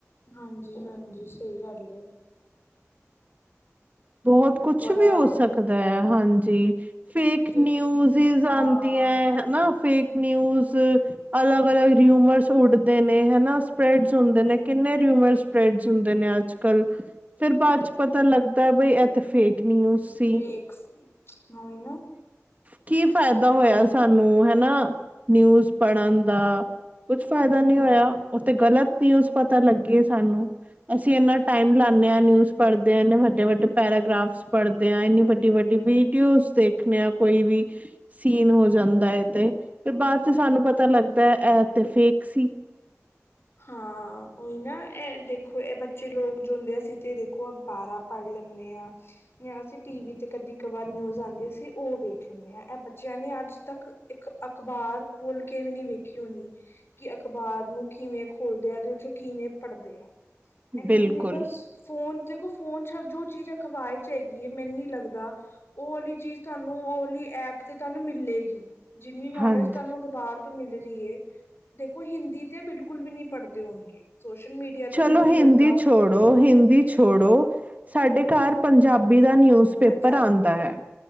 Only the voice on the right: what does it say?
ਬਹੁਤ ਕੁਛ
ਵੀ ਹੋ ਸਕਦਾ ਹੈ ਹਾਂਜੀ। ਫੇਕ
ਨਿਊਜ ਆਉਂਦੀਆਂ
ਹਨਾ ਫੇਕ ਨਿਊਜ਼ ਅਲੱਗ ਅਲੱਗ ਰਿਊਮਰਸ ਉੱਡਦੇ ਨੇ ਹਨਾ ਸਪ੍ਰੈਡਸ
ਹੁੰਦੇ ਨੇ
ਕਿੰਨੇ ਰ ਸਪ੍ਰਡ ਹੁੰਦੇ ਨੇ ਅੱਜ, ਕੱਲ ਫਿਰ ਬਾਅਦ ਚ ਪਤਾ ਲੱਗਦਾ ਬਈ ਫੇਕ ਨਿਊਜ਼ ਸੀ
ਕੀ ਫਾਇਦਾ ਹੋਇਆ ਸਾਨੂੰ ਹਨਾ ਨਿਊਜ਼ ਪੜ੍ਹਨ ਦਾ ਕੁਛ ਫਾਇਦਾ
ਨੀ ਹੋਇਆ ਉੱਥੇ ਗ਼ਲਤ ਨਿਊਜ਼ ਪਤਾ ਲੱਗੇ ਸਾਨੂੰ ਅਸੀਂ ਇੰਨਾ ਟਾਈਮ ਲਾਦੇ ਹਾਂ ਨਿਊਜ਼ ਪੜ੍ਹਦੇ ਆੰਨੇ ਵੱਡੇ, ਵੱਡੇ ਪੈਰਾਗ੍ਰਾਫਸ ਪੜ੍ਹਦੇ ਆ ਇੰਨੀ ਵੱਡੀ ਵਡੀ ਵੀਡੀਓ ਦੇਖ। ਮੈਂ ਕੋਈ ਵੀ ਸੀਨ ਹੋ ਜਾਂਦਾ ਏ ਤੇ ਫੇਰ ਬਾਅਦ ਚ ਸਾਨੂੰ ਪਤਾ ਲੱਗਦਾ ਐ ਇਹ ਤੇ ਫੇਕ ਸੀ।
ਬਿਲਕੁਲ
ਹਾਂਜੀ
ਚਲੋ
ਹਿੰਦੀ
ਛੋੜੋ ਹਿੰਦੀ ਛੋੜੋ, ਸਾਡੇ ਘਰ ਪੰਜਾਬੀ ਦਾ ਨਿਊਜ਼ ਪੇਪਰ
ਆਂਦਾ ਹੈ।